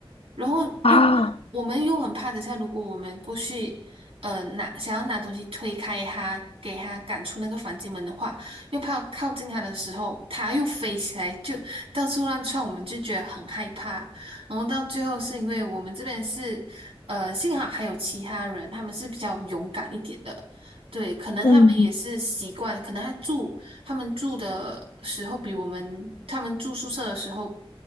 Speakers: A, on the right; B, on the left.
A: 然后又
B: <laughs> 啊？
A: 我们又很怕，等下如果我们过去，呃，拿想要拿东西推开他，给他赶出那个房间门的话，又怕靠近他的时候，他又飞起来，就到处乱窜，我们就觉得很害怕。然后到最后是因为我们这边是，呃，幸好还有其他人，他们是比较勇敢一点的。对，可能他们也是习惯，
B: 嗯，
A: 可能他住他们住的时候比我们他们住宿舍的时候